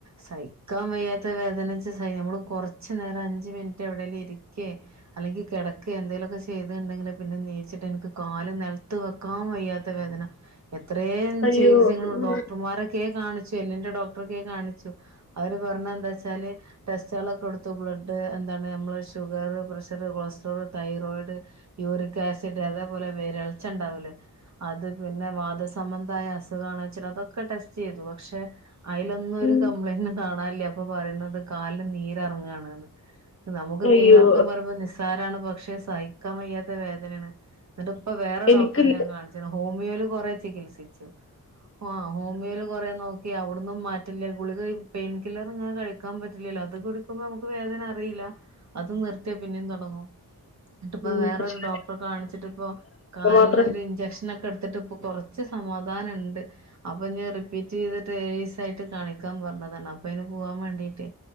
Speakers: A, on the right; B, on the left.
A: സഹിക്കാൻ വയ്യാത്ത വേദന സ നമ്മള് കുറ ച്ച് നേരം അഞ്ച് മിനിറ്റ് എവിടെ ലും ഇരിക്കെ അല്ലെങ്കി കെടക്കെ എന്തേ ലൊക്കെ ചെയ്ത്ണ്ടെങ്കിൽ പിന്നെ നീച്ചിട്ട് എനിക്ക് കാല് നൽത്ത് വെക്കാൻ വയ്യാത്ത വേദന എത്രയും
B: അയ്യോ
A: ചികിത്സകു
B: ഉം
A: ഡോക്ടർമാരൊക്കെ കാണിച്ചു എല്ലിന്റെ ഡോക്ടർ കാണിച്ചു അവര് പറഞ്ഞെന്താച്ചാല് ടെസ്റ്റുകളൊക്കെ എടുത്തു ബ്ലഡ് നമ്മള് sugar pressure cholesterol thyroid uric acid അതേപോലെ വിരള്ച്ച ഉണ്ടാവൂലേ അത് പിന്നെ വാദസബന്ധമായ അസുഖാണെ ചിലതൊക്കെ ടെസ്റ്റ് ചെയ്തു പക്ഷെ അയിലൊന്നും ഒരു
B: ഉം
A: കംപ്ലയിന്റ് കാണാനില്ലേ അപ്പൊ പറയുന്നത് കാലന് നീരറങ്ങാണ്ന്ന് നമുക്ക്
B: അയ്യോ
A: നീരർക്കം ന്ന്പറയുമ്പോ നിസ്സാരാണ് പക്ഷെ സഹിക്കാൻ വയ്യാത്ത വേദനാണ് എന്നിട്ട് ഇപ്പ വേറെ
B: എനിക്കില്ല
A: ഡോക്ടറെ ഞാൻ കാണിച്ച ഹോമിയോയില് കുറെ ചികിത്സിച്ചു ആ ഹോംമിയോ ല് കൊറേ നോക്കി അവിടു ഒന്നും മാറ്റില്ല ഗുളിക പെയിൻ കില്ലർ ഇങ്ങനെ കഴിക്കാൻ പറ്റില്ലല്ലോ അത് കുടിക്കുമ്പോ നമുക്ക് വേദന അറില്ല അത് നിർത്തിയ പിന്നെ ന്ന്ട്ടിപ്പോ
B: ഉം
A: വേറൊരു
B: പക്ഷെ
A: ഡോക്ടറെ കാണിച്ചിട്ടിപ്പോ കാലിന്
B: മാത്രം
A: ഒരു ഇഞ്ചക്ഷനൊക്കെ എട്ത്തിട്ട് കുറച്ച് സമാധാനണ്ട് അപ്പൊഞ്ഞ് റിപ്പീറ്റ് ചെയ്തിട്ട് ഏഴീ സായിട്ട് കാണിക്കാൻ പറഞ്ഞതാണ് അപ്പ അയ്ന് പോവാൻ വേണ്ടീട്ടെ